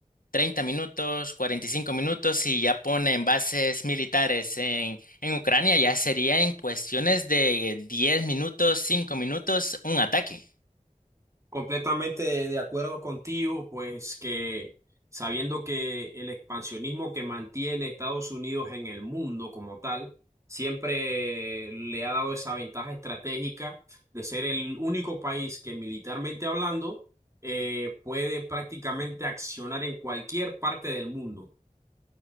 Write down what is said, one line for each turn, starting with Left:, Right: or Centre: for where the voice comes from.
Left: 30 minutos, 45 minutos y ya ponen bases militares en, en Ucrania, ya sería en cuestiones de 10 minutos, 5 minutos un ataque.
Right: Completamente de acuerdo contigo, pues que sabiendo que el expansionismo que mantiene Estados Unidos en el mundo como tal, siempre le ha dado esa ventaja estratégica de ser el único país que militarmente hablando eh, puede prácticamente accionar en cualquier parte del mundo.